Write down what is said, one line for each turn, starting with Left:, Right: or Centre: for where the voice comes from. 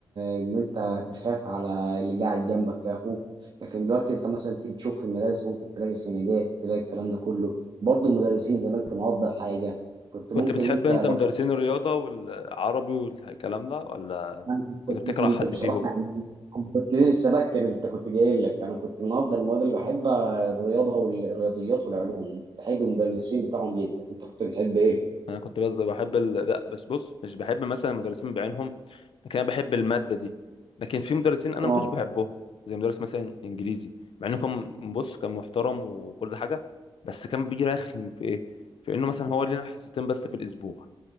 Right: ان انت تخاف على اللي قاعد جنبك كاخوك لكن دلوقتي انت مثلا تيجي تشوف في المدارس ممكن تلاقي خناقات تلاقي الكلام ده كله برضه المدرسين زمان كانوا افضل حاجه كنت
Left: كنت
Right: ممكن
Left: بتحب
Right: انت
Left: انت
Right: لو
Left: مدرسين الرياضة والعربي والكلام ده ولا
Right: انا كنت
Left: كنت بتكره
Right: كنت
Left: حد
Right: بصراحه
Left: فيهم
Right: يعني أنا كنت سبقت اللي انت كنت جاي لك انا كنت من افضل المواد اللي بحبها الرياضه والرياضيات والعلوم كنت بحب المدرسين بتاعهم جدا انت كنت بتحب ايه؟
Left: انا كنت بس بحب ال... لا بس بص مش بحب مثلا المدرسين بعينهم لكن انا بحب الماده دي لكن في مدرسين انا
Right: اه
Left: ما كنتش بحبهم زي مدرس مثلا انجليزي مع انه كان بص كان محترم وكل حاجه بس كان بيجي رخم في ايه في انه مثلا هو لنا حصتين بس في الاسبوع